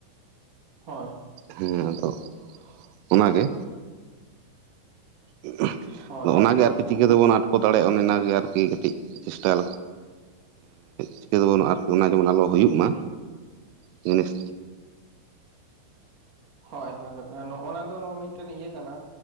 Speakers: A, on the right; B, on the right.
A: ᱦᱳᱭ
B: ᱦᱮᱸ ᱟᱫᱚ ᱚᱱᱟᱜᱮ <unintelligible>
A: ᱦᱳᱭ
B: ᱟᱫᱚ ᱚᱱᱟᱜᱮ
A: ᱛᱚ
B: ᱟᱨᱠᱤ ᱪᱤᱠᱟᱹ
A: ᱩ
B: ᱛᱮᱵᱚᱱ ᱟᱴᱠᱚ ᱫᱟᱲᱮᱭᱟᱜᱼᱟ ᱚᱱᱮ ᱚᱱᱟᱜᱮ ᱟᱨᱠᱤ ᱠᱟᱹᱴᱤᱡ ᱪᱮᱥᱴᱟᱭ ᱪᱤᱠᱟᱹᱛᱮ ᱵᱚᱱ <unintelligible> ᱦᱩᱭᱩᱜ ᱢᱟ ᱡᱤᱱᱤᱥ
A: ᱦᱳᱭ ᱦᱳᱭ ᱱᱚᱜ ᱱᱟ ᱫᱚ ᱢᱤᱫᱴᱮᱱ ᱤᱭᱟᱹ ᱠᱟᱱᱟ